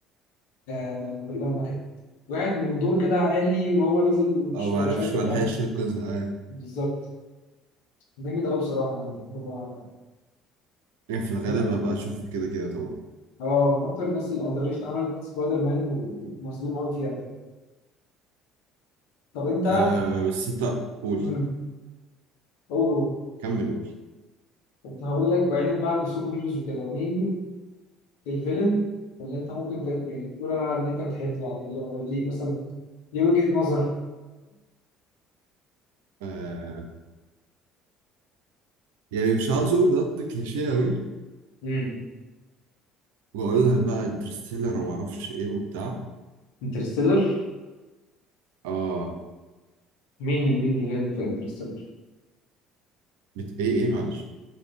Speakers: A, on the left; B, on the right.
A: آه لما كانت وقعت من دور كده عالي وهو نزل
B: اه
A: مش
B: معرفش
A: مش عارف انت
B: ملحقش
A: عارف
B: انقذها ايوه
A: بالظبط جامد قوي بصراحه يعني هو
B: يعني في الغالب
A: لا
B: هبقى اشوفه كده كده طبعا
A: هو من اكتر الناس اللي اندريت عملت سبايدر مان ومظلوم قوي فيها طب انت
B: آه بس انت قول
A: امم قول
B: كمل قول
A: كنت هقول لك بعيدا بقى عن السوبر هيروز وكده مين الفيلن اللي انت ممكن ت- يعني تقول ان انت بتحبه يعني ليه مثلا ليه وجهة نظر
B: آه يعني مش عاوز اقول رد كليشيه قوي
A: فاهم؟
B: واقول لها بقى انترستيلر وما اعرفش ايه وبتاع
A: انترستيلر
B: اه
A: مين مين الفيلم في انترستيلر
B: بت... ايه ايه معلش